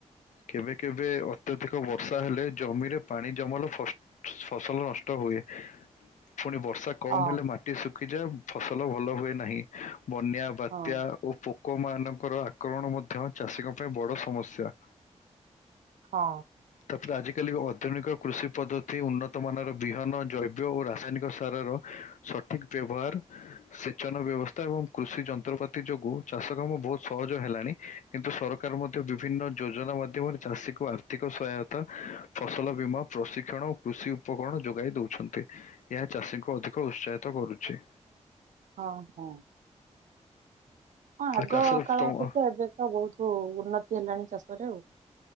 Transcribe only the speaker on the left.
କେବେ କେବେ ଅତ୍ୟଧିକ ବର୍ଷା ହେଲେ ଜମିରେ ପାଣି ଜମଲ <unintelligible> ଫସଲ ନଷ୍ଟ ହୁଏ, ଫୁଣି ବର୍ଷା କମ୍
ହେଲେ ମାଟି ଶୁଖିଯାଏ ଫସଲ ଭଲ ହୁଏ ନାହିଁ, ବନ୍ୟା ବାତ୍ୟା
ଓ ପୋକମାନଙ୍କର ଆକ୍ରମଣ ମଧ୍ୟ ଚାଷୀଙ୍କ ପାଇଁ ବଡ଼ ସମସ୍ୟା।
ତାପରେ ଆଜିକାଲି ଆଧୁନିକ କୃଷି ପଦ୍ଧତି ଉନ୍ନତ ମାନର ବିହନ ଜୈବ ଓ ରାସାୟନିକ ସାରର ସଠିକ୍ ବ୍ୟବହାର ସେଚନ ବ୍ୟବସ୍ଥା ଏବଂ କୃଷି ଯନ୍ତ୍ରପାତି ଯୋଗୁ ଚାଷ କାମ ବହୁତ୍ ସହଜ ହେଲାଣି। କିନ୍ତୁ ସରକାର୍ ମଧ୍ୟ ବିଭିନ୍ନ ଯୋଜନା ମାଧ୍ୟମରେ ଚାଷୀକୁ ଆର୍ଥିକ ସହାୟତା ଫସଲ ବୀମା ପ୍ରଶିକ୍ଷଣ କୃଷି ଉପକରଣ ଯୋଗାଇ ଦଉଛନ୍ତି, ଏହା ଚାଷୀଙ୍କୁ ଅଧିକ ଉତ୍ସାହିତ କରୁଛି।
ଆଉ
ଚାଷର ତମ